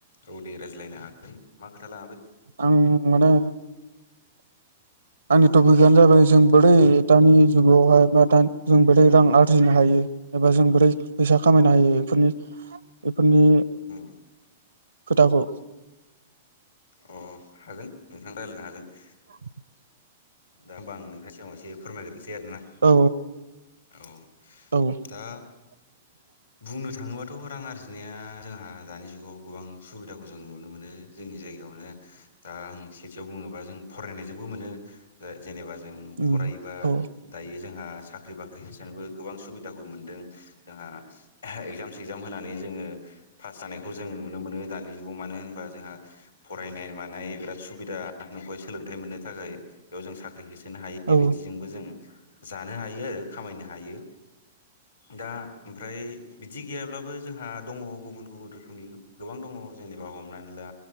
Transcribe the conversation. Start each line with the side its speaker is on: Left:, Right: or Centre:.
Left: औ दे रायज्लायनो हागोन मा खोथाला
Right: आं माने आंनि टपिकआनो जाबाय जों बोरै दानि जुग- आवहाय बा दा जों बोरै रां आरजिनो हायो एबा जों बोरै फैसा खामायनो हायो बेफोरनि बेफोरनि
Left: उम
Right: खोथाखौ
Left: अ हागोन नोंथां रायलायनो हागोन
Right: औ <inaudible>
Left: दा होमब आ नोंथांनिगावसे फोरमायगोरनो सै आरोना
Right: औ
Left: औ
Right: औ
Left: दा
Right: <inaudible>
Left: बुंनो थाङोबाथ' रां आरजिनाया जोंहा दानि जुगाव गोबां सुबिदाखौ जों नुनो मोनो जोंनि जायगायावनो दा आं सेथियाव बुङोबा जों फरायनायजोंबो मोनो जा-जेनेबा जों
Right: उम
Left: फरायोबा
Right: औ
Left: दायो जोंहा साख्रि बाख्रि होसोनोबो गोबां सुबिदा- बो मोनदों जोंहा एगजाम सेक्जाम होनानै जोङो पास जानायखौ जों नुनो मोनो दा- नि जुगाव मानो होनबा जोंहा फरायनाय मानाय बिराद सुबिदा नुखौहाय सोलोंथाइ मोननो थाखाय बेयाव जों साख्रि होसोनो हायै
Right: औ
Left: बिदिजोंबो जों जानो हायो आरो खामायनो हायो दा ओमफ्राय बिदि गैयाब्लाबो जोंहा दङ गुबुन-गुबुन रोखोमनि गोबां दङ जेनेबा हमनानै ला